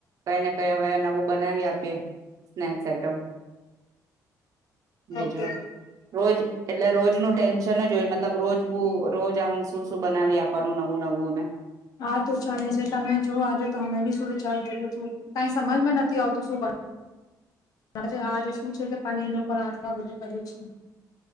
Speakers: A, on the right; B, on the left.
A: કઈ ને કઈ હવે નવું બનાવી આપ તે સ્નેક્સ આઈટમ, બીજું,
B: ઓકે
A: રોજ એટલે રોજ નું ટેન્શન અજ હોય મત મતલબ રોજબુ રો શું શું બનાવી આપાનું નવું નવું અને
B: હા તો ચાલે છે તમે જુઓ આજે તો અમે બી શું વિચાર કર્યો છો. કઈ સમજમાં નથી આવતું શું બના તમે છે આજે શું છે કે પનીર નું ઉપર આચમાં બધું કર્યું છે.